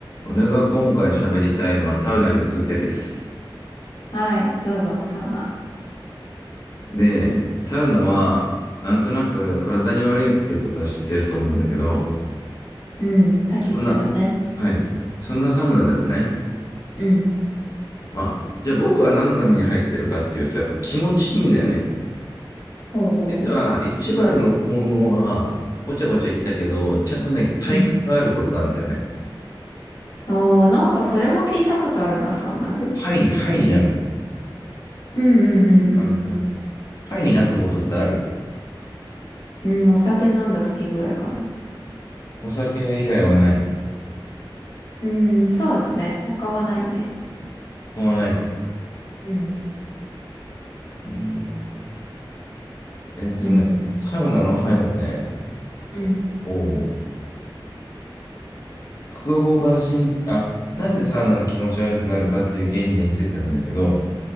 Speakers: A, on the left; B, on the left.
A: 俺が今回喋りたいのはサウナについてです。
B: はい。どうぞ、サウナ。
A: で、サウナは、なんとなく体に悪いっていうことは知ってると思うんだけど、
B: うん。さっき言ってたね。
A: そんな、はい。そんなサウナでもね、
B: うん。
A: まあ、じゃあ僕は何のために入ってるかっていうと、やっぱ気持ちいいんだよね。
B: ほうほうほ
A: 実は一番の効能は、ごちゃごちゃ言ったけど、ちゃんとね、体感があることなんだよね。
B: う。うん。ああ、なんかそれも聞いたことあるな、サウナで。
A: ハイに、ハイになるの。
B: うんうんうん
A: あの、入ると。ハイになったことってある
B: うん。うん、お酒飲んだ時ぐらいかな。
A: お酒以外はない。
B: うん、そうだね。他はないね。
A: 他はないか。
B: うん、
A: うん。えっとね、
B: うん、
A: サウナのハイはね、
B: うん、うん。
A: おう複合眼神、あ、なんでサウナが気持ち悪くなるかっていう原理についてなんだけど、